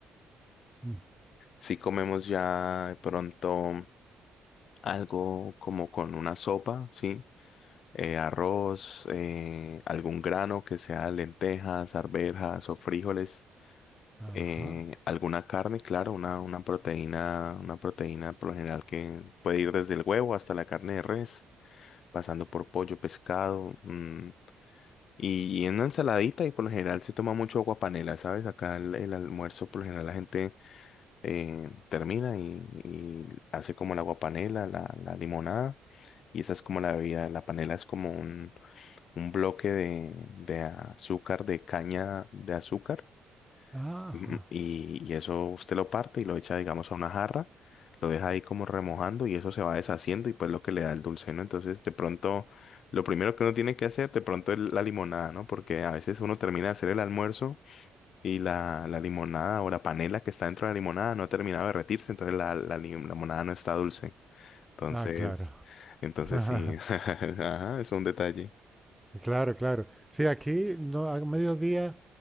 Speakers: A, in the centre; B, on the left.
A: Mm,
B: si comemos ya de pronto algo como con una sopa, ¿sí? Eh, arroz, eh, algún grano que sea lentejas, arvejas o frijoles.
A: Ajá,
B: eh, alguna carne, claro, una, una proteína, una proteína por lo general que puede ir desde el huevo hasta la carne de res, pasando por pollo, pescado, mm, y, y una ensaladita y por lo general se toma mucho agua panela, ¿sabes? Acá el, el almuerzo por lo general la gente eh, termina y, y hace como el agua panela, la, la limonada. Y esa es como la bebida. La panela es como un, un bloque de, de azúcar, de caña de azúcar
A: ajá.
B: Mm, Y, y eso usted lo parte y lo echa, digamos, a una jarra, lo deja ahí como remojando y eso se va deshaciendo y pues lo que le da el dulce, ¿no? Entonces, de pronto, lo primero que uno tiene que hacer, de pronto es la limonada, ¿no? Porque a veces uno termina de hacer el almuerzo y la, la limonada o la panela que está dentro de la limonada no ha terminado de derretirse, entonces la, la limonada no está dulce. Entonces,
A: Ah, claro.
B: entonces
A: <laughs>
B: sí, <laughs> ajá, es un detalle.
A: Claro, claro. Sí, aquí no, a mediodía